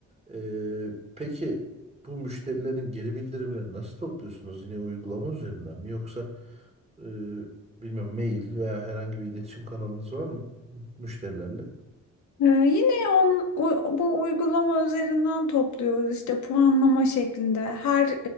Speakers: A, on the right; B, on the left.
A: Ee, peki bu müşterilerin geri bildirimlerini nasıl topluyorsunuz? Yine uygulama üzerinden mi yoksa e, bilmiyorum mail veya herhangi bir iletişim kanalınız var mı müşterilerle?
B: Ee, yine on, u- bu uygulama üzerinden topluyoruz işte puanlama şeklinde. Her